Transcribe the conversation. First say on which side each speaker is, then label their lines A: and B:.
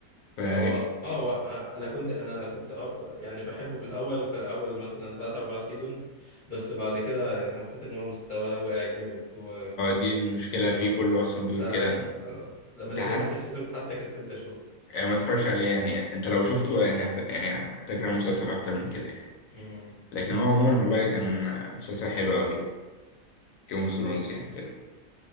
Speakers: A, on the left; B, on the left.
A: فما
B: هو اه هو انا كنت انا كنت اه يعني بحبه في الاول في اول مثلا 3 4 سيزون بس بعد كده يعني حسيت ان هو مستواه وقع جامد و...
A: دي المشكلة فيه
B: آه.
A: كله أصلا بيقول
B: ف آه.
A: كده
B: لما
A: انت
B: نزل اخر سيزون حتى كسلت اشوف
A: يعني ما اتفرجش عليه يعني انت لو شفته
B: مم.
A: يعني هت... يعني هتكره المسلسل اكتر من كده يعني
B: مم.
A: لكن هو عموما والله كان مسلسل حلو قوي يعني جيم اوف ثرونز
B: مم.
A: يعني كده